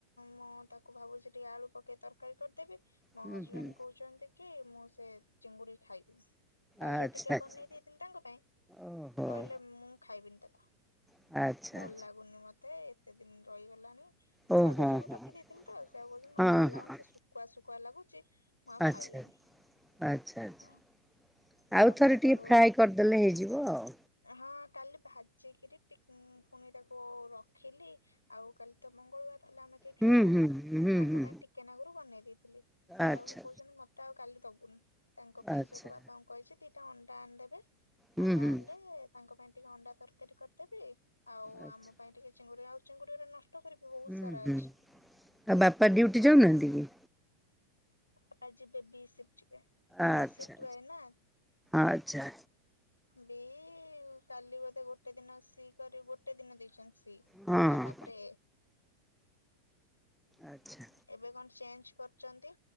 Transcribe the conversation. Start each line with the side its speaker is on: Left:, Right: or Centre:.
Left: ମୁଁ ତାକୁ ଭାବୁଛି, ଟିକେ ଆଳୁ ପକେଇ ତରକାରୀ କରିଦେବି। ମୋ
Centre: ହୁଁ
Left: ହଜବେଣ୍ଡ୍
Centre: ହୁଁ
Left: କହୁଛନ୍ତି କି ମୁଁ ସେ ଚିଙ୍ଗୁଡି ଖାଇବି। କାଲି
Centre: ଆଚ୍ଛା
Left: ଟିକେ
Centre: ଆଚ୍ଛା
Left: ବନେଇ ଦେଇଥିଲି, ତାଙ୍କ ପାଇଁ
Centre: ଓହୋ
Left: କହିଲେ ମୁଁ ଖାଇବିନି ତାକୁ।
Centre: ଆଚ୍ଛା ଆଚ୍ଛା
Left: ଭଲ ଲାଗୁନି ମତେ, ଏତେ ଦିନ ରହିଗଲାଣି।
Centre: ଓ
Left: ଭଜା
Centre: ହଁ
Left: ଚୁଙ୍ଗୁଡି
Centre: ହଁ
Left: ରଖିଦେଇଥିଲି ତ ସେଉ କହୁଛନ୍ତି ମତେ
Centre: ହଁ
Left: ଭଲ ଲାଗୁନି
Centre: ହଁ
Left: ସେ ଶୁଖୁଆ ଶୁଖୁଆ ଲାଗୁଛି। ମୁଁ ଆଉ
Centre: ଆଚ୍ଛା
Left: ଖାଇବନି
Centre: ଆଚ୍ଛା ଆଚ୍ଛା।
Left: ହଁ <unintelligible>
Centre: ଆଉ ଥରେ
Left: ଘ
Centre: ଟିକେ
Left: ତାକୁ
Centre: ଫ୍ରାଏ କରିଦେଲେ ହେଇଯିବ ଆଉ
Left: ହଁ କାଲି ଭାଜିକରି ଟି ପୁଣି ତାକୁ ରଖିଲି, ଆଉ କାଲି ତ ମଙ୍ଗଳବାର ହେଲେ ଆମେ କେହି
Centre: ହୁଁ
Left: ଖାଇବୁନି
Centre: ହୁଁ ହୁଁ
Left: ତାଙ୍କ
Centre: ହୁଁ।
Left: ପାଇଁ ଟିକେ ନଗରୁ ବନେଇ ଦେଇେଇଥିଲି, ସେଆକୁ
Centre: ଆଚ୍ଛା
Left: କହୁଛନ୍ତି ମତେ ଆଉ କାଲି ଦବୁନି ତାଙ୍କ ପାଇଁ
Centre: ଆଚ୍ଛା
Left: ସେଇଠୁ
Centre: ଆଚ୍ଛା
Left: ବାପା ଙ୍କୁ କହିଛି ଦିଟା ଅଣ୍ଡା ଆଣିଦେବେ।
Centre: ହୁଁ
Left: ଅଣ୍ଡା
Centre: ହୁଁ
Left: ଆଣିଲେ ତାଙ୍କ ପାଇଁ ଟିକେ ଅଣ୍ଡା ତରକାରୀ କରିଦେବି ଆଉ
Centre: ଆଚ୍ଛା
Left: ଆମ ପାଇଁ ଟିକେ ଚିଙ୍ଗୁଡ଼ି ଆଉ ଚିଙ୍ଗୁଡ଼ି ଗୁଡା ନଷ୍ଟ। କରିବି ବହୁତ
Centre: ହୁଁ
Left: ସାରା
Centre: ହୁଁ
Left: ଅଛି
Centre: ଆଉ ବାପା ଡୁଟି ଯାଉନାହାନ୍ତି କି।
Left: ତାପା ଯିବେ ବି ସ <unintelligible> ତାଙ୍କର
Centre: ଆଚ୍ଛା
Left: ସି୍ଫ୍ଟ ରହେ ନା।
Centre: ଆଚ୍ଛା ଆଚ୍ଛା
Left: ବି କାଲି ବୋଧେ ଗୋଟେ ଦିନ ସି କରି ଗୋଟେ ଦିନ ଦେଇଛନ୍ତି।
Centre: ହଁ ହଁ
Left: ଆ ତାପରେ
Centre: ଆଚ୍ଛା।
Left: ଏବେ କଣ ଚେଞ୍ଜ୍ କରଛନ୍ତି,